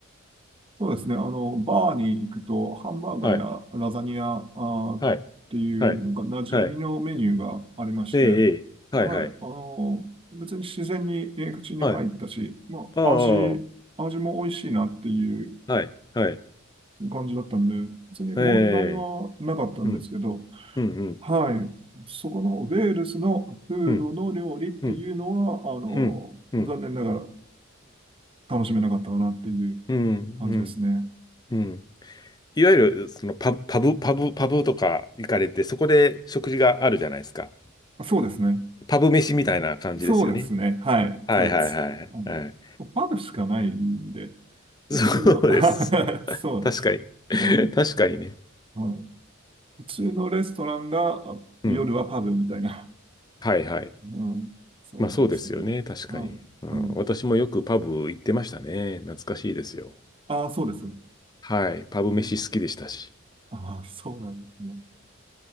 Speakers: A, on the right; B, on the left.
A: そうですね。あの、バーに行くと、ハンバーガーやラザニア、
B: はい。
A: あーっていう、
B: はい。はい。
A: なんか馴染みのメニューがありまして、
B: はい。ええ、ええ。
A: はい。
B: はい、はい。
A: あの、別に自然にえー口に入ったし、
B: はい。
A: まあ、
B: ああ、
A: 味、
B: は
A: 味も美味しいなっていう
B: い。はい。
A: 感じだったんで、別に問題はなかったんですけど、
B: ええ。うん。うん、うん。
A: はい。そこのウェールズのフードの料理っていうのは、
B: うん。うん。
A: あの、
B: うん。うん。
A: 残念ながら楽しめなかったかなっていう
B: うん。
A: 感じですね。
B: うん。いわゆる、そのパ、パブ、パブ、パブとか行かれて、そこで食事があるじゃないですか。
A: あそうですね。
B: パブ飯みたいな感じですよね。
A: そうですね。はい。
B: はいはいはい。
A: そうです。あ
B: はい。
A: のパブしかないんで、
B: <laughs>
A: 普通の
B: そうです。
A: <laughs> そう。
B: 確かに。<laughs>
A: あの
B: 確かにね。
A: はい普通のレストランがあ夜はパブみたいな。
B: うん。はいはい。
A: うん、そうでしたね。
B: まあそうですよね。確かに。
A: はい。
B: うん。
A: はい。
B: 私もよくパブ行ってましたね。懐かしいですよ。
A: ああ、そうですね。
B: はい。パブ飯好きでしたし。
A: うん、ああ、そうなんですね。